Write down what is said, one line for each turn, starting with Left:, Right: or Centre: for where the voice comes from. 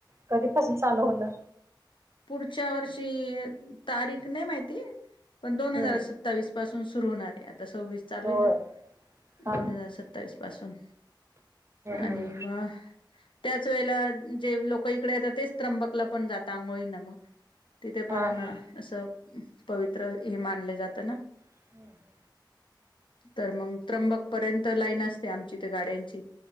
Right: कधीपसून चालू होणार.
Left: पुढच्या वर्षी तारीख नाही माहिती पण दोन हजार
Right: हम्म
Left: सत्तावीस पासून. सुर होणार आहे, आता सव्वीस चालू
Right: होय
Left: आहे, ना
Right: हा
Left: दोन
Right: हा हम्म
Left: हजार सत्तावीस पासून. आणि
Right: हम्म
Left: म त्याच वेळेला जे लोक इकडे येतात तेच त्र्यंबकला पण जातात आंघोळी मग. तिथे पण
Right: हा हा
Left: असं पवित्र हे मानलं जात ना.
Right: हम्म हम्म
Left: तर मग त्र्यंबक पर्यंत लाईन असते, आमची ते गाड्यांची.